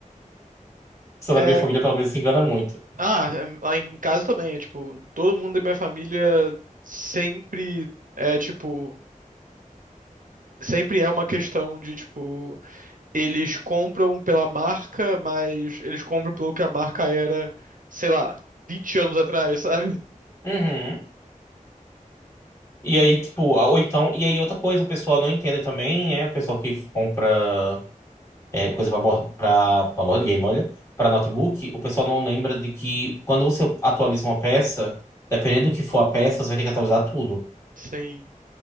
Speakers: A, on the left (about 20°); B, on the right (about 75°).
A: O pessoal
B: É,
A: da minha família, pelo menos, se engana muito.
B: ah, é, lá em casa também, é tipo, todo mundo da minha família sempre é, tipo, sempre é uma questão de, tipo, eles compram pela marca, mas eles compram pelo que a marca era, sei lá, 20 anos atrás, <laughs> sabe?
A: Uhum. E aí, tipo, ou então, e aí outra coisa, o pessoal não entende também, é o pessoal que compra é, coisa pra board, pra, pra board game, olha, pra notebook, o pessoal não lembra de que quando você atualiza uma peça, dependendo do que for a peça, você vai ter que atualizar tudo.
B: Sim,